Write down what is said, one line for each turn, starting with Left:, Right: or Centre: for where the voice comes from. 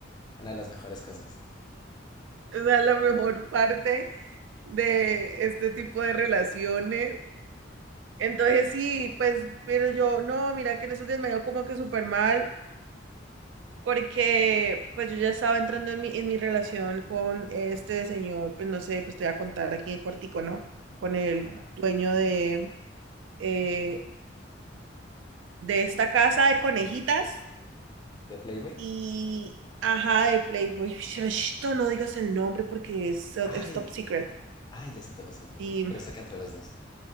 Left: Una de las mejores cosas.
Right: Esa es la mejor parte de este tipo de relaciones Entonces sí, pues, pero yo, no, mira que en esos días me dio como que súper mal, porque pues yo ya estaba entrando en mi, en mi relación con este señor, pues no sé, pues te voy a contar aquí en cortico, ¿no? Con el
Left: Ajá.
Right: dueño de, eh, de esta casa de conejitas
Left: ¿De Playboy?
Right: y, ajá, de Playboy. Esto no no digas el nombre porque es, es
Left: Ay,
Right: top secret.
Left: ay, lo siento, lo siento, lo
Right: Y,
Left: siento. Pero está acá entre los dos.